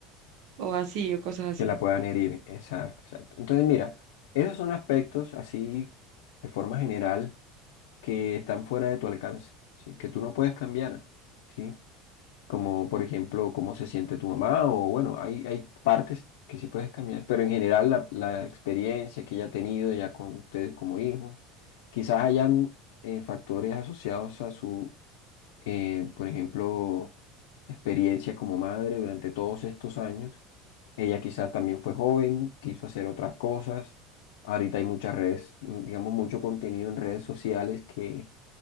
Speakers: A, on the right; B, on the left.
A: o así, o cosas así.
B: que la puedan herir. Exacto, exacto. Entonces, mira, esos son aspectos así de forma general que están fuera de tu alcance, ¿sí? Que tú no puedes cambiar, ¿sí? Como por ejemplo, cómo se siente tu mamá o bueno, hay, hay partes que sí puedes cambiar, pero en general la, la experiencia que ella ha tenido ya con ustedes como hijos, quizás hayan eh, factores asociados a su, eh, por ejemplo, experiencia como madre durante todos estos años. Ella quizás también fue joven, quiso hacer otras cosas. Ahorita hay muchas redes, digamos, mucho contenido en redes sociales que